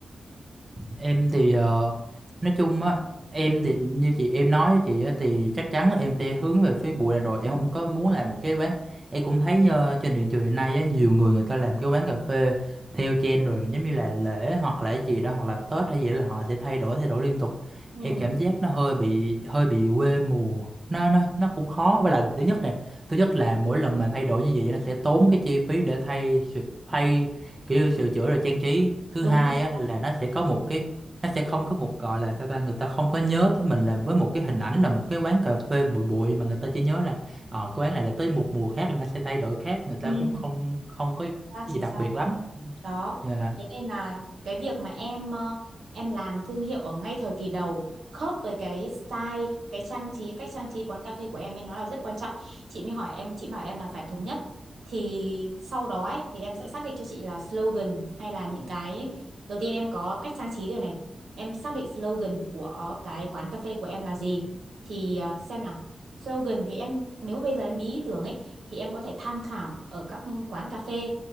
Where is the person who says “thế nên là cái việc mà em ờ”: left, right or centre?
Right